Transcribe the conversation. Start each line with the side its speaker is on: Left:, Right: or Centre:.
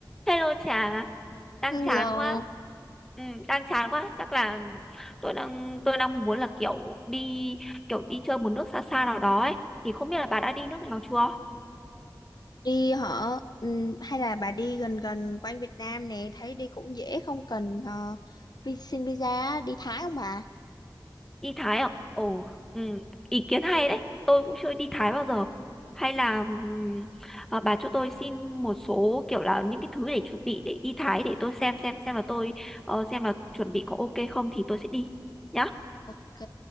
Centre: Hello Trà, đang
Left: Hello,
Centre: chán quá. Ừ, đang chán quá, chắc là tôi đang tôi đang muốn là kiểu đi kiểu đi chơi một nước xa xa nào đó ấy. Thì không biết là bà đã đi nước nào chưa?
Left: đi hả? Ừm, hay là bà đi gần gần quanh Việt Nam nè, thấy đi cũng dễ không cần ờ, vi xin visa á, đi Thái không bà?
Centre: Đi Thái à? Ồ, ừ, ý kiến hay đấy. Tôi cũng chưa đi Thái bao giờ. Hay là ừm, à, bà cho tôi xin một số kiểu là những cái thứ để chuẩn bị để đi Thái để tôi xem xem xem là tôi ờ, xem là chuẩn bị có ok không thì tôi sẽ đi nhá.
Left: Ok,